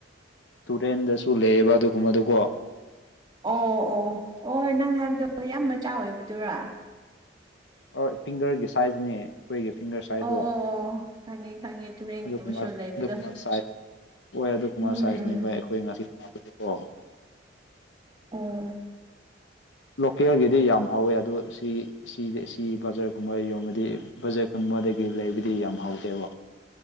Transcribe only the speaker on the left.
ꯇꯨꯔꯦꯟꯗꯁꯨ ꯂꯩꯑꯦꯕ ꯑꯗꯨꯒꯨꯝꯕꯗꯨ ꯀꯣ
ꯍ ꯐꯤꯡꯒꯔꯒꯤ ꯁꯥꯏꯖꯅꯦ꯫ ꯑꯩꯈꯣꯏꯒꯤ ꯐꯤꯡꯒꯔ ꯁꯥꯏꯖꯇꯣ
ꯑꯗꯨꯒꯕ
ꯑꯗꯨꯒꯕ ꯁꯥꯏ ꯍꯣꯏ ꯑꯗꯨꯒꯨꯝꯕ
ꯁꯥꯏꯖꯅꯦ
ꯚꯥꯏ ꯑꯩꯈꯣꯏ ꯉꯁꯤꯀꯣ
ꯂꯣꯀꯦꯜꯒꯤꯗꯤ ꯌꯥꯝ ꯍꯧꯋꯦ ꯑꯗꯣ ꯁꯤ ꯏꯗ ꯏꯆ ꯕꯖꯥꯔꯒꯨꯝꯕ ꯌꯣꯟꯕꯗꯤ ꯕꯖꯔꯀꯨꯝꯕꯗꯒꯤ ꯂꯩꯕꯗꯤ ꯌꯥꯝ ꯍꯧꯥꯎꯗꯦꯕ